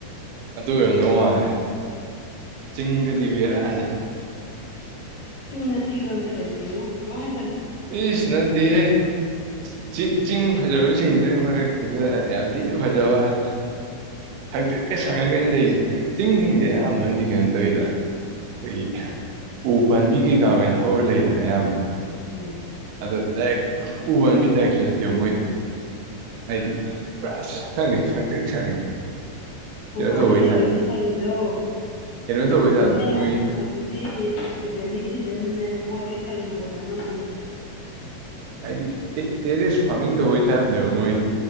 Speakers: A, on the right; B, on the left.
A: ꯑꯗꯨ ꯑꯣꯏꯔꯝꯗꯧ ꯃꯥꯜꯂꯦ ꯆꯤꯡꯗꯨꯗꯤ ꯕꯔꯛꯑꯅꯤ
B: ꯆꯨꯝꯅ ꯊꯤꯕ ꯑꯝꯇ ꯂꯩꯇꯦꯕꯣ ꯂꯣꯏ ꯐꯖꯦ
A: ꯏꯁ ꯅꯠꯇꯦꯍꯦ ꯆꯤꯡ ꯆꯤꯡ ꯐꯖꯕ ꯏꯁꯤꯡꯗꯨꯩ ꯃꯔꯛꯇꯨꯗ ꯌꯥꯝ ꯊꯤꯅ ꯐꯖꯕ ꯋꯥꯔ ꯁꯥꯛꯛꯇꯤꯠꯀ ꯁꯪꯉꯒꯅ ꯂꯩꯔꯤꯁꯦ ꯆꯤꯡꯁꯤꯡꯁꯦ ꯑꯌꯥꯝꯕꯅꯗꯤ ꯀꯩꯅꯣ ꯇꯧꯋꯤꯗꯅ ꯑꯩꯈꯣꯏꯒꯤ ꯎ ꯄꯥꯕꯤ ꯀꯩꯀꯥ ꯑꯣꯏꯅ ꯍꯧꯔ ꯂꯩꯗꯅ ꯑꯌꯥꯝꯕꯅ
B: ꯎꯝ
A: ꯑꯗ ꯗꯥꯏꯔꯦꯛ ꯎꯕꯟꯕꯤ ꯇꯥꯏꯔꯤꯛꯁꯨ ꯅꯠꯇꯦꯕ ꯃꯣꯏꯗꯨꯗꯤ ꯍꯥꯏꯗꯤ ꯄꯨꯔꯥ ꯁ ꯈꯪꯗꯦ ꯁꯛꯆ ꯁꯪꯉꯦ ꯀꯩꯅꯣ
B: ꯎ ꯄꯥꯝꯕꯤ
A: ꯇꯧꯕꯩ
B: ꯂꯩꯕ
A: ꯇꯥꯏꯞꯅꯤ
B: ꯏꯅꯦ ꯁꯪꯉꯤꯗꯣ
A: ꯀꯩꯅꯣ
B: ꯍꯧꯖꯤꯇꯅꯦ
A: ꯇꯧꯕꯩ ꯇꯥꯏꯞꯅꯤ ꯃꯣꯏꯒꯤ
B: ꯍꯧꯖꯤꯇꯤ ꯔꯦꯅꯤ ꯁꯤꯖꯤꯟꯅꯅ ꯄꯣꯠ ꯂꯣꯏ ꯁꯪꯅ ꯐꯖꯅ ꯎꯅꯤ
A: ꯍꯥꯏꯗꯤ ꯇꯦꯔꯦꯁ ꯐꯥꯔꯃꯤꯡꯗ ꯑꯣꯏ ꯇꯥꯏꯞꯅꯦꯕ ꯃꯣꯏꯗ